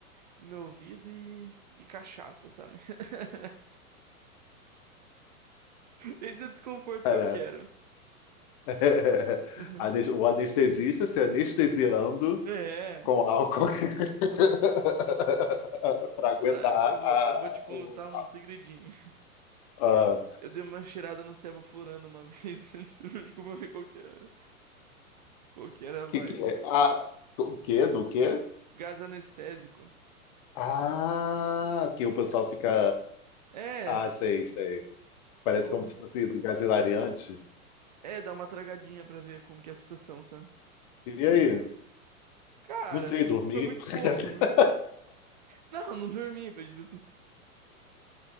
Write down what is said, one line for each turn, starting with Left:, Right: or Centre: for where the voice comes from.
Right: no meu ouvido e, e cachaça, sabe? <laughs> Esse é o desconforto
Left: cara.
Right: que eu quero.
Left: <laughs>
Right: <laughs>
Left: Anes- O anestesista se anestesiando
Right: É,
Left: com álcool. <laughs> <laughs> para aguentar
Right: tá, eu,
Left: a,
Right: eu vou, eu vou te contar
Left: o
Right: um segredinho.
Left: a,
Right: Eu dei uma cheirada no Sevoflurano uma vez, <laughs> no centro cirúrgico, pra ver qual que era, qual que era a vibe.
Left: que que é? A, o quê? Do quê?
Right: Gás anestésico.
Left: Ah, que o pessoal fica.
Right: É,
Left: Ah, sei, sei. Parece
Right: deu uma-
Left: como se fosse um gás hilariante.
Right: é, dá uma tragadinha pra ver como que é a sensação, sabe?
Left: E aí?
Right: Cara,
Left: Não sei, dormir.
Right: foi muito
Left: <laughs>
Right: pouco, não. Não, não dormi, mas tipo assim,